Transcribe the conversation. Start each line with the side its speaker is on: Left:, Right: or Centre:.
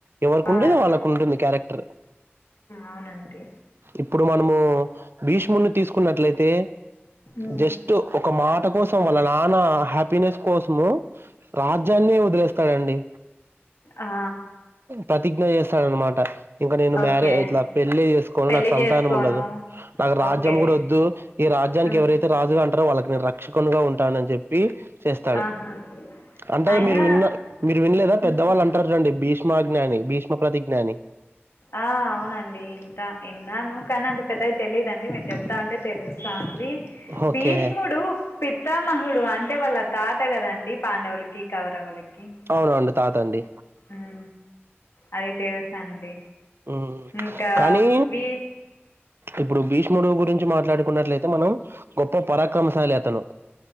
Right: ఎవరికి
Left: ఆ
Right: ఉండేది
Left: అదైతే
Right: వాళ్ళకు ఉంటుంది క్యారెక్టర్
Left: అవునా అండీ
Right: ఇప్పుడు మనము భీష్ముని తీసుకున్నట్లయితే
Left: ఉమ్,
Right: జస్ట్ ఒక మాట కోసం వాళ్ళ నాన్న హ్యాపీనెస్ కోసము రాజ్యాన్ని వదిలేస్తాడండి
Left: ఆ
Right: ప్రతిజ్ఞ చేస్తాడన్నమాట ఇంకా నేను మ్యారే
Left: ఓకే
Right: ఇట్లా పెళ్ళి చేసుకోని
Left: పెళ్ళి
Right: నాకు సంతానం
Left: చేసుకోను
Right: ఉండదు నాకు రాజ్యం
Left: ఓకే
Right: కూడా వద్దు ఈ రాజ్యానికి
Left: ఆ,
Right: ఎవరైతే రాజుగా అంటారో వాళ్ళకి నేను రక్షకునుగా ఉంటానని చెప్పి చేస్తాడు
Left: ఆహా
Right: అంటారు
Left: అయినా
Right: మీరు విన్న మీరు వినలేదా పెద్దవాళ్ళు
Left: ఉమ్,
Right: అంటారు రండి భీష్మాజ్ఞాని భీష్మ ప్రతిజ్ఞాని
Left: ఆ అవునండి ఇంత ఇన్నాను కానీ అంత పెద్దది తెలీదుండి మేము చెప్తా ఉంటే తెలుస్తా ఉంది బీ
Right: ఓకే
Left: భీష్ముడు పిత్తామహుడు అంటే వాళ్ళ తాత కదండి పాండవులకి కౌరవులకి
Right: అవునండి తాత అండి
Left: ఉ అది తెలుసండి
Right: మ్మ్
Left: ఇంకా
Right: కానీ
Left: వఊ
Right: ఇప్పుడు భీష్ముడు గురించి మాట్లాడుకున్నట్లయితే మనం గొప్ప పరాక్రమశాలి అతను